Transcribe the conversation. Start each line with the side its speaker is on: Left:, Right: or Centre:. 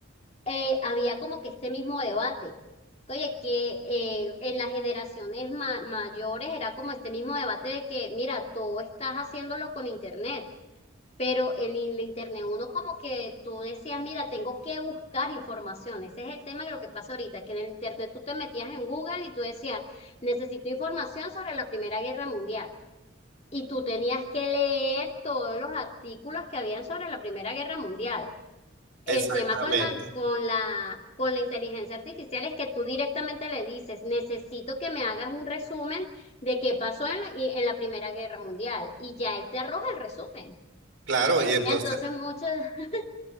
Left: eh, había como que este mismo debate. Oye, que eh, en las generaciones ma- mayores era como este mismo debate de que, mira, tú estás haciéndolo con internet, pero en el internet uno como que tú decías, mira, tengo que buscar información. Ese es el tema de lo que pasa ahorita, que en el internet tú te metías en Google y tú decías, necesito información sobre la Primera Guerra Mundial. Y tú tenías que leer todos los artículos que habían sobre la Primera Guerra Mundial. El
Right: Exactamente.
Left: tema con la, con la, con la inteligencia artificial es que tú directamente le dices, necesito que me hagas un resumen de qué pasó en la, y- en la Primera Guerra Mundial. Y ya él te arroja el resumen.
Right: Claro, y entonces
Left: Entonces muchos, <laughs>